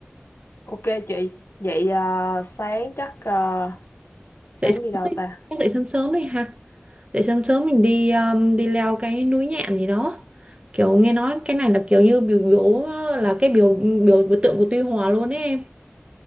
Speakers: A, on the left (about 65°); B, on the right (about 25°).
A: <laughs> ok chị vậy à, sáng chắc à, sáng
B: dậy sớm
A: đi đâu
B: đi
A: ta
B: chắc dậy sớm sớm đi ha dậy sớm sớm mình đi um, đi leo cái núi Nhạn gì đó kiểu nghe nói cái này là kiểu như biểu biểu là cái biểu biểu biểu tượng của Tuy Hòa luôn ấy em